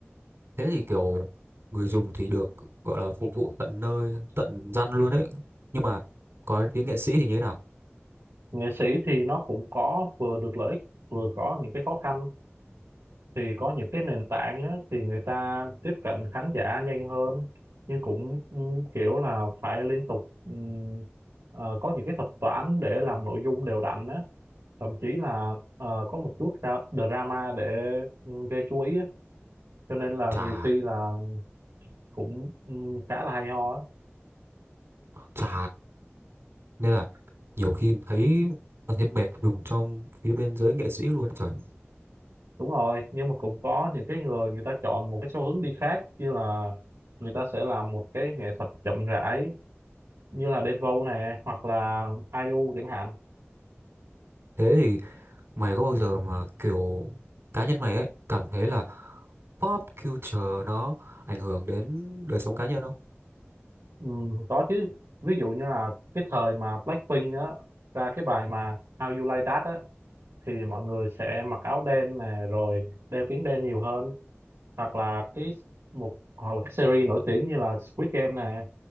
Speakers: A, on the right (about 60°); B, on the right (about 75°).
A: thế thì kiểu người dùng thì được gọi là phục vụ tận nơi tận răn luôn ấy nhưng mà có đến tiếng nghệ sĩ thì như thế nào
B: nghệ sĩ thì nó cũng có vừa được lợi ích vừa có những cái khó khăn thì có những cái nền tảng á, thì người ta tiếp cận khán giả nhanh hơn nhưng cũng ừ, kiểu là phải liên tục ừ, ờ, có những cái thuật toán để làm nội dung đều đặn á thậm chí là ờ, có một chút ra drama để ừ, gây chú ý á. cho nên là
A: chà
B: nhiều khi là cũng ừ, khá là hay ho á.
A: chà nên là nhiều khi thấy thấy mệt dùng trong phía bên giới nghệ sĩ luôn trời
B: đúng rồi nhưng mà cũng có những cái người người ta chọn một cái xu hướng đi khác như là người ta sẽ làm một cái nghệ thuật chậm rãi như là Đen Vâu nè hoặc là ai IU chẳng hạn
A: thế thì mày có bao giờ mà kiểu cá nhân mày ấy cảm thấy là pop culture nó ảnh hưởng đến đời sống cá nhân không
B: Ừ, có chứ ví dụ như là cái thời mà Blackpink á ra cái bài mà How You Like That á thì mọi người sẽ mặc áo đen nè rồi đeo kính đen nhiều hơn hoặc là cái một hoặc là cái series nổi tiếng như là Squid Game nè